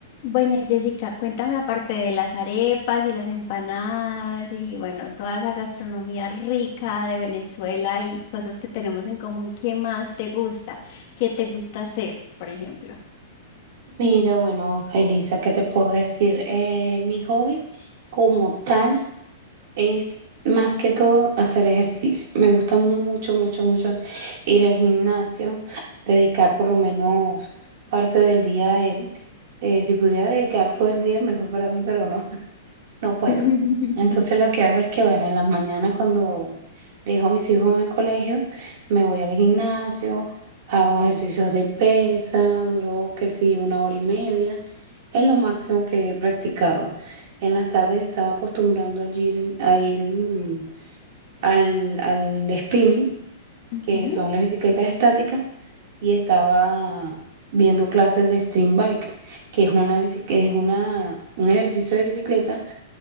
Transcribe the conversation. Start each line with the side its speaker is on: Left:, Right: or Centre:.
Left: Bueno, Jessica, cuéntame aparte de las arepas y las empanadas y bueno, toda esa gastronomía rica de Venezuela y cosas que tenemos en común, ¿qué más te gusta? ¿Qué te gusta hacer, por ejemplo?
Right: Mira, bueno, Elisa, ¿qué te puedo decir? Eh, mi hobby como tal es más que todo hacer ejercicio. Me gusta mucho, mucho, mucho ir al gimnasio, dedicar por lo menos parte del día a él. Eh, si pudiera dedicar todo el día, mejor para mí, pero no. No puedo.
Left: <laughs>
Right: Entonces lo que hago es que, bueno, en las mañanas cuando dejo a mis hijos en el colegio, me voy al gimnasio, hago ejercicios de pesa, duró que sí, una hora y media, es lo máximo que he practicado. En las tardes estaba acostumbrando a ir, a ir mm, al, al spinning,
Left: Ujú.
Right: que son las bicicletas estáticas, y estaba viendo clases de stream bike, que es una, bici- que es una, un ejercicio de bicicleta,